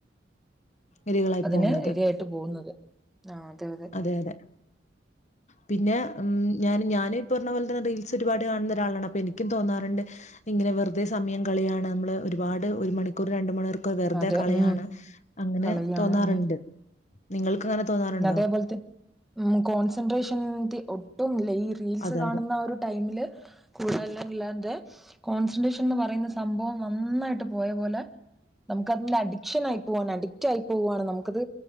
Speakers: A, on the left; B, in the centre.
A: ഇരകളായി
B: അതിന്
A: പോകുന്നത്
B: ഇരയായിട്ട് പോകുന്നത് ആ അതെ അതെ
A: അതെ അതെ പിന്നെ ഞാന് ഞാനീപറഞ്ഞപോലെ തന്നെ റീൽസ് ഒരുപാട് കാണുന്ന ഒരാളാണ് അപ്പൊ എനിക്കും തോന്നാറുണ്ട് ഇങ്ങനെ വെറുതെ സമയം കളയാണ് നമ്മള് ഒരുപാട് ഒരു മണിക്കൂർ രണ്ടു മണിക്കൂർ ക്കെ വെറുതെ
B: അതെ
A: കളയാണ്
B: ഉം
A: അങ്ങനെ
B: കളയാണ്
A: തോന്നാറുണ്ട്
B: ഉം
A: നിങ്ങൾക്ക് അങ്ങനെ തോന്നാറുണ്ടോ?
B: അതുപോലെതന്നെ കോൺസെൻട്രേഷൻ ഒട്ടും ഇല്ല ഈ റീൽസ്
A: അതെ
B: കാണുന്ന
A: അതെ
B: ആ ഒരു ടൈമില് കൂടോല്ലും ഇല്ലാത്തെ കോൺസെൻട്രേഷൻ എന്ന് പറയുന്ന സംഭവം നന്നായിട്ട് പോയ പോലെ നമുക്ക് അതിന്റെ അഡിക്ഷൻ ആയി പോവാ അഡിക്റ്റ് ആയി പോവാണ് നമുക്കത്